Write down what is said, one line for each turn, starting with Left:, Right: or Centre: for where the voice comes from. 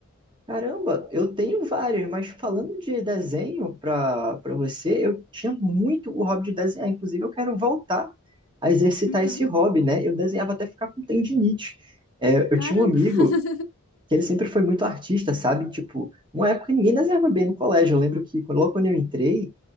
Right: Caramba, eu tenho vários, mas falando de desenho para para você, eu tinha muito o hobby de desenhar. Inclusive, eu quero voltar a exercitar
Left: Uhum.
Right: esse hobby, né? Eu desenhava até ficar com tendinite. É, eu
Left: Caramba.
Right: tinha um amigo
Left: <laughs>
Right: que ele sempre foi muito artista, sabe? Tipo, uma época ninguém desenhava bem no colégio. Eu lembro que logo quando eu entrei,